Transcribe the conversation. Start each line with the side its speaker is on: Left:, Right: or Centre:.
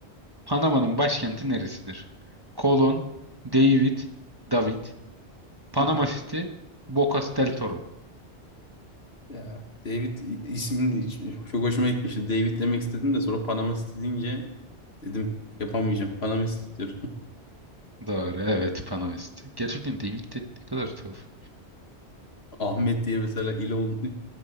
Right: Panama'nın başkenti neresidir? Kolon, David, David, Panama
Left: <laughs>
Right: City, Bocas del Toro.
Left: Ya David i- ismini hiç- çok hoşuma gitmişti. David demek istedim de sonra Panama City deyince dedim yapamayacağım. Panama City diyorum. <laughs>
Right: Doğru evet Panama City. Gerçekten David de ne kadar tuhaf.
Left: Ahmet diye mesela il oldu.